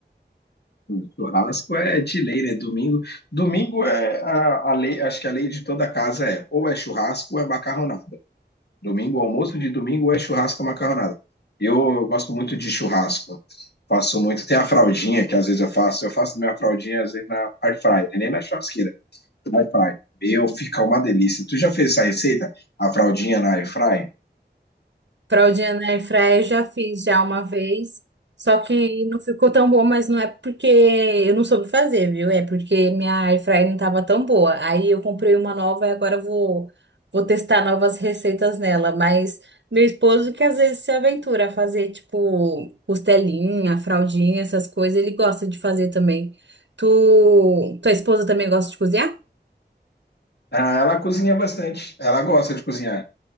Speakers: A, on the left; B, on the right.
A: Hum, Churrasco é de lei, né? Domingo, domingo é a, a lei, acho que a lei de toda casa é, ou é churrasco ou é macarronada. Domingo, almoço de domingo, ou é churrasco ou macarronada. Eu, eu gosto muito de churrasco. Faço muito, tem a fraldinha que às vezes eu faço, eu faço minha fraldinha às vezes na air fryer, nem na churrasqueira. Air fry. Meu, fica uma delícia. Tu já fez essa receita? A fraldinha na air fry?
B: Fraldinha na airfryer eu já fiz já uma vez, só que não ficou tão bom, mas não é porque eu não soube fazer, viu? É porque minha airfryer não tava tão boa. Aí eu comprei uma nova e agora eu vou vou testar novas receitas nela, mas meu esposo que às vezes se aventura a fazer tipo costelinha, fraldinha, essas coisas, ele gosta de fazer também. Tu, tua esposa também gosta de cozinhar?
A: Ah, ela cozinha bastante. Ela gosta de cozinhar.